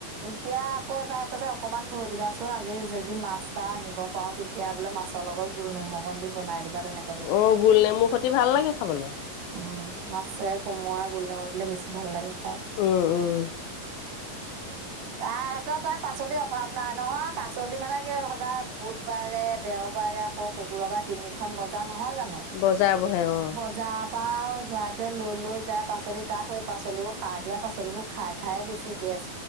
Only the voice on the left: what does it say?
অ', গোল নেমুৰ খতি ভাল লাগে খাবলৈ।
উম উম
বজাৰ বহে অ'।